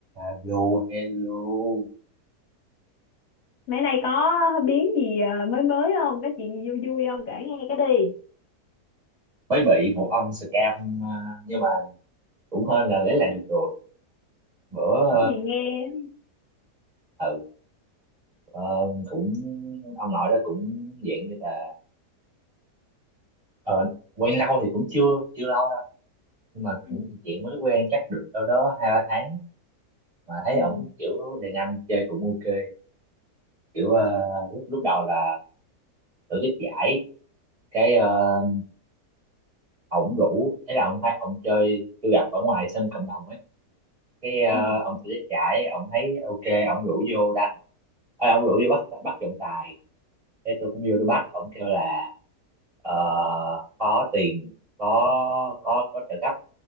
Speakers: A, on the right (about 25°); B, on the left (about 60°).
A: Alo, hello.
B: Mấy nay có biến gì ờ, mới mới không? Có chuyện gì vui vui không? Kể nghe cái đi.
A: Mới bị một ông scam à, nhưng mà cũng hên là lấy lại được rồi. Bữa
B: Cái Gì nghe?
A: ờ, ừ ờ, cũng ông nội đó cũng dạng như là ờ, quen lâu thì cũng chưa chưa lâu đâu nhưng mà
B: Ừ,
A: cũng chuyện mới quen chắc được đâu đó hai ba tháng mà thấy
B: ừ,
A: ổng kiểu đàn anh chơi cũng ok kiểu ờ, lúc lúc đầu là tổ chức giải cái ờ, ổng rủ ấy là ổng thấy ổng chơi tôi gặp ở ngoài sân cộng đồng ấy cái ờ,
B: ừ,
A: ông tôi chạy ông thấy ok ông rủ vô đánh à, ông rủ vô bắt bắt trọng tài thế tôi cũng vô
B: ừ,
A: tôi bắt ông kêu là ờ, có tiền có có có trợ cấp